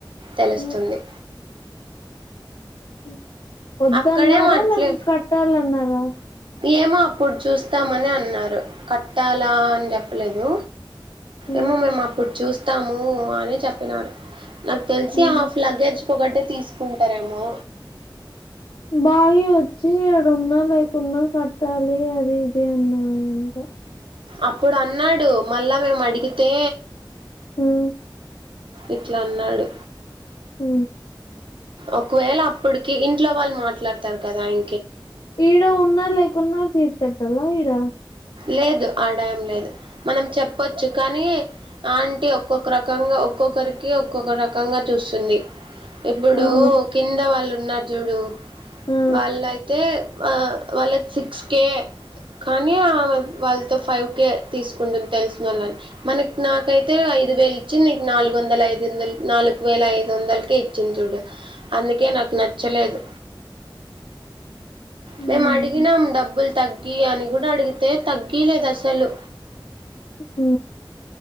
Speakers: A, on the right; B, on the left.
A: తెలుస్తుంది
B: హ్మ్ ఉ కొదున్నారా
A: అక్కడేమో అట్లే
B: నాకు కట్టాలన్నారా
A: ఏమో అప్పుడు చూస్తామని అన్నారు కట్టాలా అని చెప్పలేదు
B: హ్మ్
A: ఏమో మేం అప్పుడు చూస్త తాము అని చెప్పినాడు నాకు తెలిసి
B: హ్మ్
A: హాఫ్ లగేజ్కి ఒకటటి తీసుకుంటారేమో
B: బావి వచ్చి ఎక్కడున్నా లేకున్నా కట్టాలి అది ఇది అన్నాంట
A: అప్పుడు అన్నాడు మళ్ళా మేము అడిగితే
B: అ
A: ఇట్లా అన్నాడు
B: ఆ
A: ఒకవేళ అప్పటికి ఇంట్లో వాళ్ళు మాట్లాడతారు కదా ఇ
B: ఈడ ఉన్నా లేకున్నా ఫీజ్ కట్టాలా ఈడ
A: లేదు ఆదాయం లేదు మనం చెప్పచ్చు కానీ ఆంటీ ఒక్కొక్క రకంగా ఒక్కొక్కరికి ఒక్కొక్క రకంగా చూస్తుంది ఇప్పుడు
B: అవును
A: కింద వాళ్ళు ఉన్న జుడు
B: ఆ
A: వాళ్ళ అయితే వాళ్ళ సిక్స్ కే కానీ వాళ్ళతో ఫైవ్ కే తీసుకుంటుంది తెలిసిన వాళ్ళని మనకి నాకైతే ఐదు వేలు ఇచ్చింది నీకు నాలుగు వందల ఐదు వందల నాలుగు వేల ఐదు వందలకే ఇచ్చింది చూడు అందుకే నాకు నచ్చలేదు
B: హ్మ్
A: మేము అడిగినాం డబ్బులు తగ్గి అని కూడాడ అడిగి అయితే తగ్గలేదు అసలు
B: అ